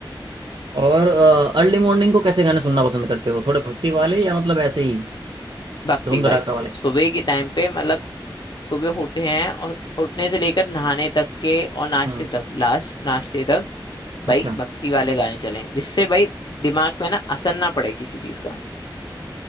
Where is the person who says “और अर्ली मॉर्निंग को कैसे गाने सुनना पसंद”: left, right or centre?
Right